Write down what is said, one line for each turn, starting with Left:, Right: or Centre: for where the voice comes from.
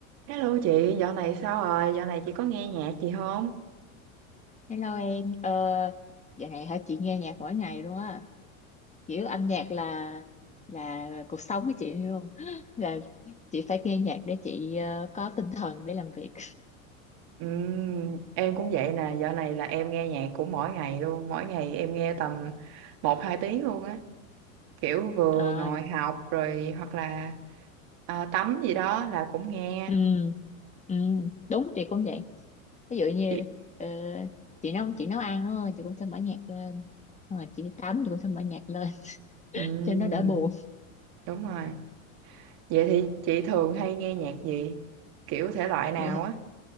Right: Hello chị, dạo này sao rồi? Dạo này chị có nghe nhạc chị không?
Left: Hello em, ờ, dạo này hả chị nghe nhạc mỗi ngày luôn á, kiểu âm nhạc là là cuộc sống của chị luôn, <gasps> <laughs> là chị phải nghe nhạc để chị ờ, có tinh thần để làm việc.
Right: Ừm, em cũng vậy nè, dạo này là em nghe nhạc cũng mỗi ngày luôn, mỗi ngày em nghe tầm một hai tiếng luôn á. Kiểu vừa
Left: À,
Right: ngồi học rồi hoặc là à, tắm gì đó là cũng nghe.
Left: ừ, ừ, đúng chị cũng vậy. Ví dụ như
Right: Chị...
Left: ờ, chị nấu chị nấu ăn đúng không? Chị cũng sẽ mở nhạc lên, rồi chị đi tắm chị cũng sẽ mở nhạc lên <laughs>
Right: Ừm,
Left: cho nó đỡ buồn.
Right: đúng rồi. Vậy thì chị thường hay nghe nhạc gì? Kiểu thể loại nào
Left: Chị
Right: á?